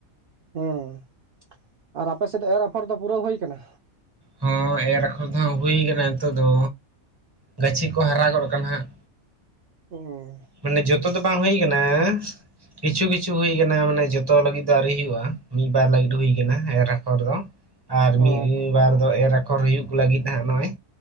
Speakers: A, on the right (about 50°); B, on the right (about 20°).
A: ᱦᱩᱸ ᱟᱨ ᱟᱯᱮ ᱥᱮᱫ ᱫᱚ ᱮᱨ ᱟᱯᱷᱚᱨ ᱫᱚ ᱯᱩᱨᱟᱹᱣ ᱦᱩᱭ ᱠᱟᱱᱟ
B: ᱦᱚᱸ ᱮᱨ ᱟᱠᱷᱚᱨ ᱫᱚ ᱦᱟᱸᱜ ᱦᱩᱭ ᱟᱠᱟᱱᱟ ᱱᱤᱛᱚᱜ ᱫᱚ ᱜᱟᱹᱪᱷᱤ ᱠᱚ ᱦᱟᱨᱟ ᱜᱚᱫ ᱠᱟᱱᱟ ᱦᱟᱸᱜ
A: ᱩᱸᱻ
B: ᱢᱟᱱᱮ ᱡᱚᱛᱚ ᱫᱚ ᱵᱟᱝ ᱦᱩᱭ ᱠᱟᱱᱟ ᱠᱤᱪᱷᱩ ᱠᱤᱪᱷᱩ ᱦᱩᱭ ᱠᱟᱱᱟ ᱢᱟᱱᱮ ᱡᱚᱛᱚ ᱞᱟᱹᱜᱤᱫ ᱫᱚ ᱟᱹᱣᱨᱤ ᱦᱩᱭᱩᱜᱼᱟ ᱢᱤᱫ ᱵᱟᱨ ᱞᱟᱹᱜᱤᱫ ᱦᱩᱭ ᱠᱟᱱᱟ ᱮᱨ ᱟᱠᱷᱚᱨ ᱫᱚ ᱟᱨ
A: ᱚ
B: ᱢᱤᱫ ᱵᱟᱨ ᱫᱚ ᱮᱨ ᱟᱠᱷᱚᱨ ᱦᱩᱭᱩᱜ ᱞᱟᱹᱜᱤᱫ ᱦᱟᱸᱜ ᱱᱚᱜᱼᱚᱭ